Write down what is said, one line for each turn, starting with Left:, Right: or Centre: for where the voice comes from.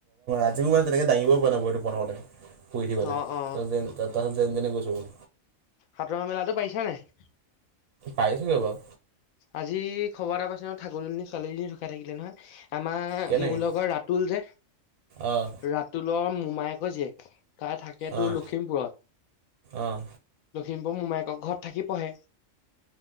Right: আজিও মানে তেনেকে দাঙিবইও পৰা নাই ভৰিতো প্ৰথমতে শুই উঠি পেলাই
Left: অ অ
Right: তাছত যেনি তেনি গৈছোগৈ
Left: সাতুৰা মেলাটো পাৰিছা নাই?
Right: পাৰিছুগে বাৰু
Left: আজি খবৰ এটা পাইছা নে ঠাকুৰজনী ছোৱালীজনী ঢুকাই থাকিলে নহয়। আমাৰ
Right: কেনেকৈ
Left: মোৰ লগৰ ৰাতুল যে
Right: অঁ
Left: ৰাতুলৰ মোমায়েকৰ জীয়েক তাই থাকে তোৰ
Right: অঁ
Left: লখিমপুৰত
Right: অঁ
Left: দিম্পু মোমায়েকৰ ঘৰত থাকি পঢ়ে